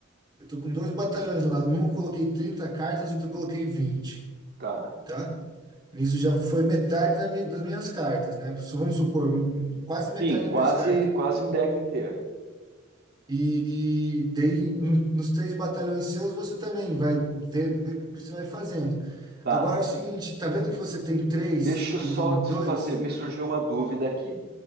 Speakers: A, on the right (about 20°); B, on the right (about 50°).
A: Eu tô com dois batalhões lá. Um eu coloquei 30 cartas, outro eu coloquei vinte
B: Tá.
A: tá? Nisso já foi metade da mi- das minhas cartas, né? Su- Vamos supor, m- quase metade
B: Sim,
A: das
B: quase,
A: minhas cartas.
B: quase um deck inteiro.
A: E, e daí, no- nos três batalhões seus, você também vai ver, ver o que você vai fazendo.
B: Tá.
A: Agora é o seguinte, tá vendo que você tem três
B: Deixa eu só
A: e eu tenho dois?
B: te fazer, me surgiu uma dúvida aqui.